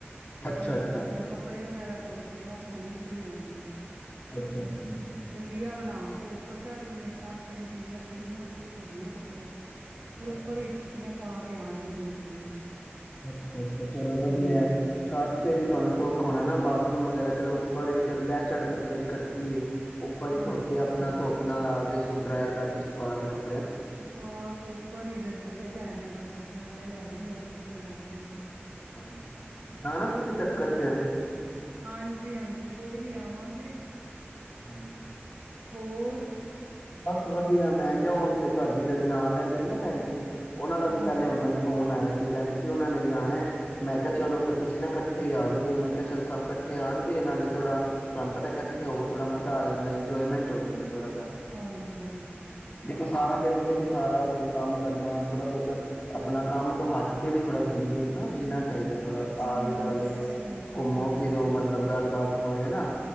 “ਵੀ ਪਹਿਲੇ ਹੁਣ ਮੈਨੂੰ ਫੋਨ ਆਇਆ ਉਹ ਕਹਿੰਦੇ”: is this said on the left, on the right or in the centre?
Left